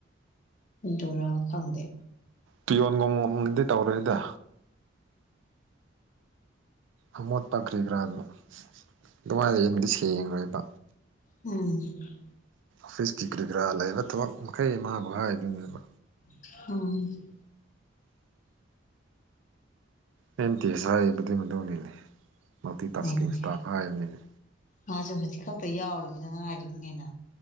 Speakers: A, on the left; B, on the right.
A: ꯗꯔꯥ ꯈꯪꯗꯦ
B: ꯄꯤꯌꯣꯟꯒꯨꯝꯕꯝꯗꯤ ꯇꯧꯔꯣꯏꯗ ꯑꯃꯣꯠꯄ ꯀ꯭ꯔꯤ ꯀꯔꯥꯗ ꯑꯗꯨꯃꯥꯏꯅ ꯌꯗꯤ ꯁꯦꯡꯈ꯭ꯔꯣꯏꯕ
A: ꯎꯝ
B: ꯑꯣꯐꯤꯁꯀꯤꯤ ꯀꯔꯤ ꯀꯔꯥ ꯂꯩꯕ ꯊꯕꯛ ꯃꯈꯩ ꯃꯥꯕꯨ ꯍꯥꯏꯗꯨꯣꯏꯅꯦꯕ
A: ꯍ
B: ꯑꯦꯝ ꯇꯤ ꯑꯦꯁ ꯍꯥꯏꯔꯤꯕꯗꯤ ꯃꯗꯨꯅꯤꯅꯦ ꯃꯜꯇꯤ ꯇꯥꯁꯀꯤꯡ
A: ꯑꯩꯅꯦ
B: ꯏꯁꯇꯥꯐ ꯍꯥꯏꯕꯅꯤꯅꯦ
A: ꯃꯥꯁꯨ ꯍꯧꯖꯤꯛ ꯈꯛꯇ ꯌꯥꯎꯔꯤꯕꯅ ꯉꯥꯏꯔꯤꯕꯅꯦꯅ